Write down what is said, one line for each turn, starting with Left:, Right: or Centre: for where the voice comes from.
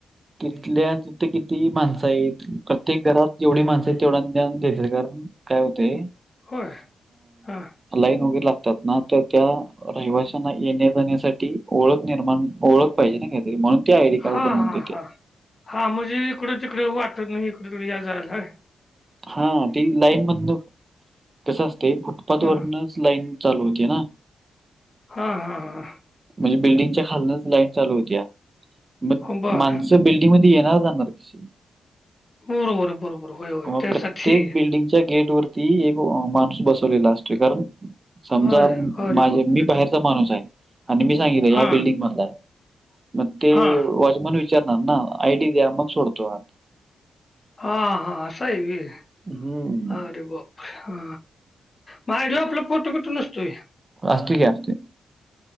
Right: तिथल्या तिथं किती माणसं आहेत, प्रत्येक घरात जेवढी माणसं आहेत तेवढ्यांना देत्यात गा काय हुतय
Left: होय हा.
Right: लाईन वगैरे लागतात ना, तर त्या रहिवाशांना येण्या जाण्यासाठी ओळख निर्माण, ओळख पाहिजे ना काहीतरी, म्हणून ते आयडी कार्ड
Left: हा
Right: बनवून
Left: हा
Right: देते
Left: हा हा, म्हणजे इकडं तिकडं वाटतनं इकड तिकडं या जायल वय
Right: हा ती लाईन मधन कसं असतं फुटपाथ
Left: हां
Right: वरनच लाईन चालू होती ना
Left: हा हा हा
Right: म्हणजे बिल्डिंगच्या खालनच लाईट चालू होती या म
Left: हो, बरं.
Right: माणसं बिल ती मध्ये येणार जाणार कशी
Left: बरोबर, बरोबर. होय, होय.
Right: हा
Left: त्यासाठी.
Right: प्रत्येक बिल्डिंगच्या गेट वर ती एक माणूस बसवलेला असतो कारण समजा
Left: अरे, अरे
Right: माझे
Left: बाप!
Right: मी बाहेर ती तो माणूस आहे मी सांगितलेल आहे
Left: हां,
Right: ह्या बिल्डिंग मधला आहे मग ते
Left: हां.
Right: वॉचमैन विचारत विचारणार ना आयटी द्या मग सोडतो आत
Left: हा हा असं आहे व्हय
Right: हम्म
Left: अरे बाप हा म आयडीवर आपला फोटो बिटो नसतोय
Right: असतं की असतं